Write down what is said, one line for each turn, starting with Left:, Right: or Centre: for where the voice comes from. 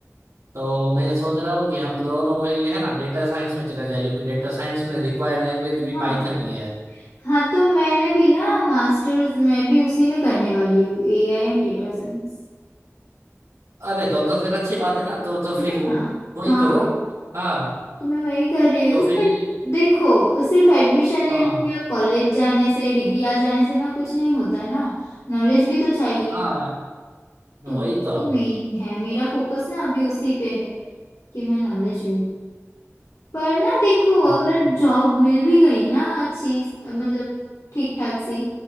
Right: तो मैं सोच रहा हूँ कि हम दोनों ये है ना डेटा साइंस में चले जाए क्योंकि डेटा साइंस में रिक्वायर्ड लैंग्वेज भी
Left: हाँ
Right: पाइथन ही है
Left: हाँ तो मैंने भी ना मास्टर्स मैं भी उसी में करने वाली हूँ एआई एंड डेटा साइंस
Right: अरे तो तो फिर अच्छी बात है ना तो तो
Left: है
Right: फिर वो
Left: ना
Right: वही
Left: हाँ
Right: करो हाँ
Left: तो मैं वही कर रही हूँ
Right: तो फिर
Left: पर
Right: ये-
Left: देखो सिर्फ एडमिशन लेने
Right: हाँ
Left: या कॉलेज जाने से डिग्री आ जाने से ना कुछ नहीं होता ना नॉलेज भी तो चाहिए
Right: हाँ
Left: तो
Right: वही
Left: वो
Right: तो
Left: मेन है मेरा फोकस ना अभी उसी पे है कि मैं नॉलेज लूँ पर ना देखो
Right: हाँ
Left: अगर जॉब मिल भी गई ना अच्छी मतलब ठीक ठाक सी